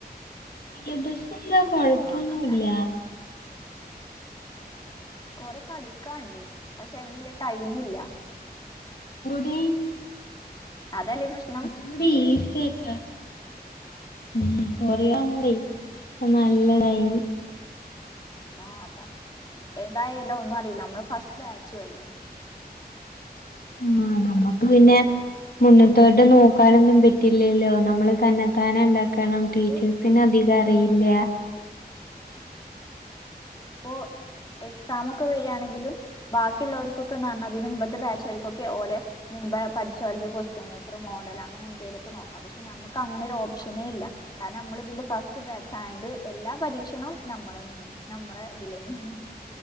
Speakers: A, on the left; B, on the left.
A: സിലബസ് എല്ലാ കൊഴപ്പൊന്നുല്ല.
B: ആ അതാണ് കൊറെ പഠിക്കാണ്ട് പക്ഷെ അയിനല്ല ടൈം ഇല്ല.
A: ഉ ടി
B: അതല്ലേ പ്രശ്നം
A: ഒന്നുടി ഇസി ആക്ക ഉ കൊറിയ ആ ഉബെ നല്ലതായി.
B: ആ അതാ എന്തായ ഏതാ ഒന്നും അറിയില്ല നമ്മൾ ഫസ്റ്റ് ബാച്ചു ല്ലെ
A: ആന് നമ്മുക്ക് പിന്നെ. മുന്നത്തോട്ട് നോക്കാനൊന്നും പറ്റില്ലല്ലോ നമ്മള് തന്നെ താനെ ഉണ്ടാക്ക
B: അതാണിപ്പോ
A: ണം ടീച്ചേഴസിന് അധികം അറിയില്ല.
B: അപ്പോൊ എക്സമ ഒക്കെ വരിയാണെങ്കിലും ബാക്കിയുള്ളവർക്കൊക്കെ നന്നതിനന് മുമ്പത്തെ ബാച്ചകർക്കൊക്കെ ഓലെ മുമ്പ് പഠിച്ചലത് ക്വസ്റ്റ്യൻ പേപ്പർ മോഡൽ അങ്ങനെന്തേലൊക്കെ നോക്കാം പക്ഷെ നമുക്ക് അങ്ങനെ ഒരു ഓപ്ഷനേ ഇല്ല കാരണം നമ്മൾ ഇതിന്റെ ഫസ്റ്റ് ബാച്ച് ആയണ്ട് എല്ലാ പരീക്ഷണും നമ്മള തന്നെയാണ് നമ്മളെ ഇതിലന്നെയ